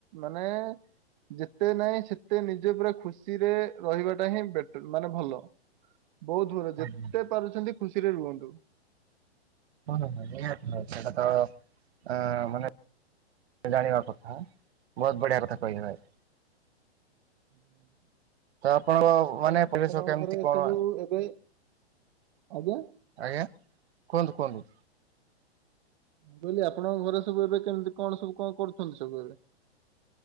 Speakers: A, on the right; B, on the right.
A: ମାନେ ଯେତେ ନାହିଁ ସେତେ ନିଜେ ପୁରା ଖୁସି ଖୁସିରେ ରହିବାଟା ହିଁ ବେଟ ମାନେ ଭଲ ବହୁତ ଭଲ। ଯେତେ
B: ଆଜ୍ଞା
A: ପାରୁଛନ୍ତି ଖୁସିରେ ରୁହନ୍ତୁ।
B: ହୁଁ ହଁ ଏଇଟା ତ ଆ ମାନେ ଜାଣିବା କଥା ବହୁତ ବଢିଆ କଥା କହିଲେ ଭାଇ।
A: <unintelligible>
B: ତ ଆପଣଙ୍କ ମାନେ
A: ଆଉ
B: ପରିବେଶ
A: ଆପଣଙ୍କ
B: କେମିତି
A: ଘରେ
B: କଣ?
A: ସବୁ ଏବେ ଆଜ୍ଞା
B: ଆଜ୍ଞା କୁହନ୍ତୁ କୁହନ୍ତୁ।
A: ମୁଁ କହିଲି ଆପଣଙ୍କ ଘରେ ସବୁ ଏବେ କେମିତି କଣ ସବୁ କଣ କରୁଛନ୍ତି ସବୁ ଏବେ?